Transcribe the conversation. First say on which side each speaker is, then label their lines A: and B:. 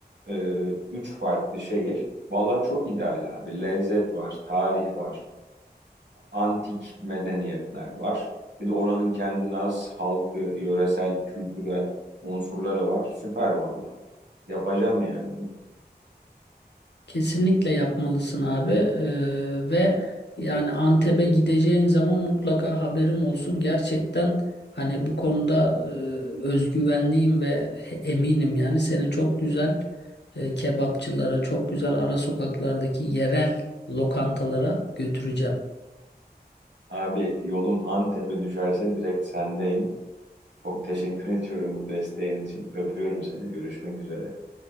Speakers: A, on the right (about 85°); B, on the left (about 80°).
A: e, üç farklı şehir. Valla çok ideal abi. Lezzet var, tarih var. antik medeniyetler var. Bir de oranın kendine has halkı, yöresel, kültürel unsurları var. Süper valla. Yapacağım yani bunu.
B: Kesinlikle yapmalısın abi Ee, ve yani Antep'e gideceğin zaman mutlaka haberim olsun. Gerçekten hani bu konuda e, özgüvenliyim ve he- eminim yani seni çok güzel e, kebapçılara, çok güzel ara sokaklardaki yerel lokantalara götüreceğim.
A: Abi yolum Antep'e düşerse direkt sendeyim. Çok teşekkür <laughs> ediyorum bu desteğin için. Öpüyorum seni. Görüşmek üzere.